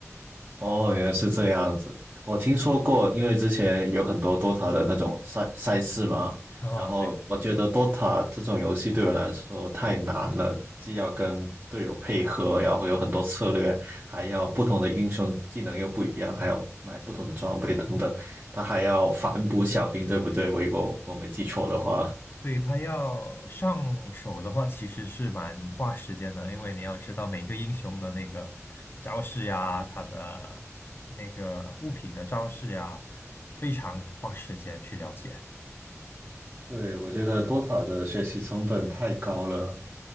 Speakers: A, on the right; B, on the left.
A: 哦，原来是这样子。我听说过，因为之前有很多 DOTA 的那种赛赛事嘛，
B: 哦，
A: 然后我觉得
B: 对。
A: DOTA 这种游戏对我来说太难了，既要跟队友配合，然后有很多策略，还要不同的英雄技能又不一样，还要买不同的装备等等，他还要反补小兵，对不对？我如果我没记错的话，
B: 对，他要上手的话，其实是蛮花时间的，因为你要知道每个英雄的那个招式呀，他的那个物品的招式呀，非常花时间去了解。
A: 对，我觉得 DOTA 的学习成本太高了。